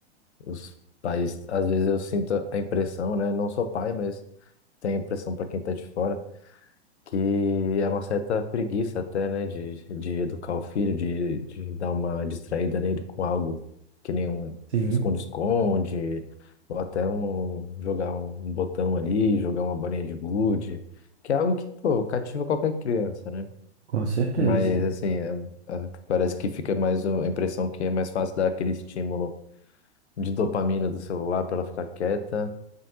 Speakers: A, on the left; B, on the right.
A: os pais, às vezes eu sinto a impressão, né? Não sou pai, mas tenho a impressão para quem tá de fora, que é uma certa preguiça até, né? De, de educar o filho, de, de dar uma distraída nele com algo que nem um
B: Sim,
A: esconde-esconde, ou até um jogar um botão ali, jogar uma bolinha de gude, que é algo que, pô, cativa qualquer criança, né?
B: Com certeza.
A: Mas, assim, é- é- parece que fica mais o- a impressão que é mais fácil dar aquele estímulo de dopamina do celular para ela ficar quieta